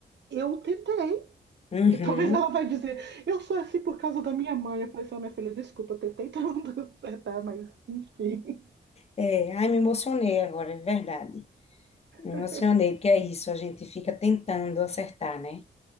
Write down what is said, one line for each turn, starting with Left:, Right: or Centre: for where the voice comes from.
Right: eu tentei,
Left: Uhum.
Right: e talvez ela vai dizer, eu sou assim por causa da minha mãe. Eu falei assim, "Ó, minha filha, desculpa, eu tentei <laughs> tanto acertar, mas enfim.
Left: É, ai, me emocionei agora, é verdade. Me
Right: <laughs>
Left: emocionei, porque é isso, a gente fica tentando acertar, né?